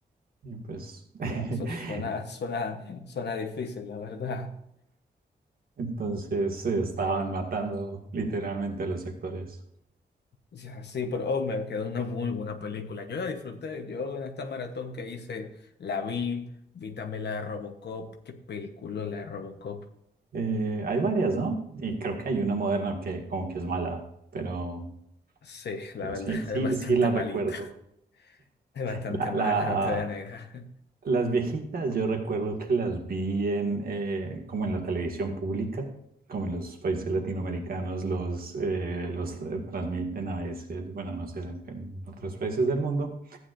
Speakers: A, on the right (about 55°); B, on the left (about 75°).
A: y pues <laughs>
B: Bueno, eso suena, <laughs> suena, suena difícil, la verdad. <laughs>
A: entonces eh, estaban matando literalmente a los actores.
B: Ya, sí, pero hombre, quedó una muy buena película. Yo la disfruté. Yo en esta maratón que hice la vi. Vi también la de Robocop. Qué película la de Robocop.
A: Eh, hay varias, ¿no? Y creo que hay una moderna que como que es mala, pero,
B: Sí, la
A: pero
B: verdad,
A: sí,
B: <laughs>
A: sí,
B: es bastante
A: sí la
B: malita.
A: recuerdo.
B: <laughs> Es bastante
A: La,
B: mala,
A: la-
B: no te voy a negar.
A: Las viejitas, yo recuerdo que las vi en, eh, como en la televisión pública, como en los países latinoamericanos los, eh, los eh, transmiten a veces, bueno, no sé, en en otros países del mundo,